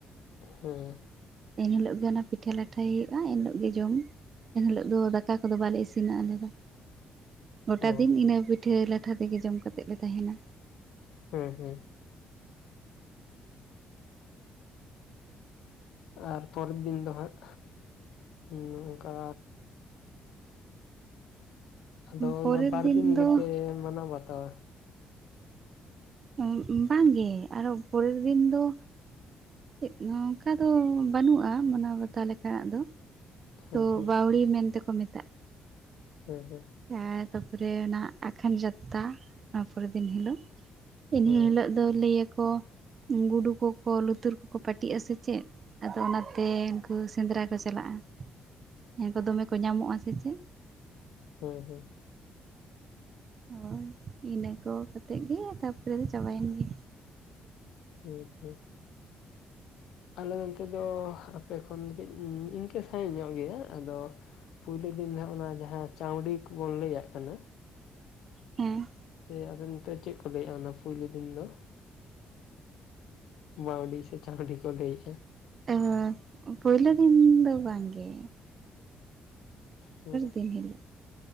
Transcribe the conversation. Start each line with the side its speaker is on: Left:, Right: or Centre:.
Left: ᱦᱩᱸ
Right: ᱮᱱᱦᱤᱞᱳᱜ ᱜᱮ ᱚᱱᱟ ᱯᱤᱴᱷᱟᱹ ᱞᱟᱴᱷᱟᱭ ᱦᱩᱭᱩᱜ-ᱟ, ᱮᱱᱦᱤᱞᱳᱜ ᱜᱮ ᱡᱚᱢ ᱮᱱᱦᱤᱞᱳᱜ ᱫᱚ ᱫᱟᱠᱟ ᱠᱚᱫᱚ ᱵᱟᱞᱮ ᱤᱥᱤᱱᱟ ᱟᱞᱮ ᱫᱚ᱾ ᱜᱚᱴᱟ
Left: ᱚ
Right: ᱫᱤᱱ ᱤᱱᱟᱹ ᱯᱤᱴᱷᱟᱹ ᱞᱟᱴᱷᱟ ᱛᱮᱜᱮ ᱡᱚᱢ ᱠᱟᱛᱮᱜ ᱞᱮ ᱛᱟᱦᱮᱱ-ᱟ᱾
Left: ᱦᱩᱸ ᱦᱩᱸ᱾ ᱟᱨ ᱯᱚᱨᱮᱫ ᱫᱤᱱ ᱫᱚ ᱦᱟᱸᱜ ᱚᱱᱚᱝᱠᱟ ᱟᱫᱚ
Right: ᱯᱚᱨᱮᱨ
Left: ᱚᱱᱟ ᱵᱟᱨ ᱫᱤᱱ
Right: ᱫᱚ
Left: ᱜᱮᱯᱮ ᱢᱟᱱᱟᱣ ᱵᱟᱛᱟᱣᱟ?
Right: <unintelligible> ᱵᱟᱝ ᱜᱮ ᱟᱨᱚ ᱯᱚᱨᱮᱨ ᱫᱤᱱ ᱫᱚ ᱪᱮᱫ ᱱᱚᱝᱠᱟ ᱫᱚ ᱵᱟᱹᱱᱩᱜ-ᱟ ᱢᱟᱱᱟᱣ ᱵᱟᱛᱟᱣ ᱞᱮᱠᱟᱱᱟᱜ ᱫᱚ᱾
Left: ᱦᱮᱸ
Right: ᱛᱚ
Left: ᱦᱮᱸ
Right: ᱵᱟᱣᱲᱤ ᱢᱮᱱ ᱛᱮᱠᱚ ᱢᱮᱛᱟᱜ᱾
Left: ᱦᱮᱸ ᱦᱮᱸ᱾
Right: ᱦᱮᱸ ᱛᱟᱯᱚᱨᱮ ᱱᱟᱜ ᱟᱠᱷᱟᱱ ᱡᱟᱛᱛᱟ ᱚᱱᱟ ᱯᱚᱨᱮ ᱫᱤᱱ ᱦᱤᱞᱳᱜ ᱤᱱᱟᱹ
Left: ᱦᱮᱸ
Right: ᱦᱤᱞᱳᱜ ᱫᱚ ᱞᱟᱹᱭᱟᱠᱚ ᱜᱩᱰᱩ ᱠᱚᱠᱚ ᱞᱩᱛᱩᱨ ᱠᱚᱠᱚ ᱯᱟᱹᱴᱤᱜ-ᱟ ᱥᱮ ᱪᱮᱜ? ᱟᱫᱚ ᱚᱱᱟᱛᱮ ᱩᱱᱠᱩ ᱥᱮᱸᱫᱽᱨᱟ ᱠᱚ ᱪᱟᱞᱟᱜ-ᱟ, ᱮᱸ ᱩᱝᱠᱩ ᱫᱚᱢᱮ ᱠᱚ ᱧᱟᱢᱚᱜ-ᱟ ᱥᱮ ᱪᱮᱫ?
Left: ᱦᱳᱭ ᱦᱳᱭ᱾
Right: ᱦᱳᱭ ᱤᱱᱟᱹ ᱠᱚ ᱠᱟᱛᱮᱜ ᱜᱮ ᱛᱟᱯᱚᱨᱮ ᱫᱚ ᱪᱟᱵᱟᱭᱮᱱ ᱜᱮ᱾
Left: ᱦᱩᱸ ᱦᱩᱸ᱾ ᱟᱞᱮ ᱱᱚᱱᱛᱮ ᱫᱚ ᱟᱯᱮ ᱠᱷᱚᱱ ᱫᱚ ᱠᱟᱹᱡ ᱤᱝᱠᱟᱹ ᱥᱟᱹᱦᱤᱡ ᱧᱚᱜ ᱜᱮᱭᱟ ᱟᱫᱚ ᱯᱩᱭᱞᱩ ᱫᱤᱱ ᱡᱟᱦᱟᱸ ᱚᱱᱟ ᱡᱟᱦᱟᱸ ᱪᱟᱶᱰᱤ ᱠᱩᱵᱚᱱ ᱞᱟᱹᱭᱟᱜ ᱠᱟᱱᱟ᱾
Right: ᱦᱮᱸ᱾
Left: ᱥᱮ ᱟᱵᱮᱱ ᱱᱤᱛᱳᱜ ᱪᱮᱜ ᱠᱚ ᱞᱟᱹᱭᱟᱜᱟ ᱚᱱᱟ ᱯᱩᱭᱞᱩ ᱫᱤᱱ ᱫᱚ? ᱵᱟᱶᱰᱤ ᱥᱮ ᱪᱟᱶᱰᱤ ᱠᱚ ᱞᱟᱹᱭᱮᱜ-ᱟ ᱾
Right: ᱮ ᱦᱳᱭ ᱯᱳᱭᱞᱳ ᱫᱤᱱ ᱫᱚ ᱵᱟᱝ ᱜᱮ᱾
Left: ᱦᱩᱸ
Right: ᱫᱤᱱ ᱦᱤᱞᱳᱜ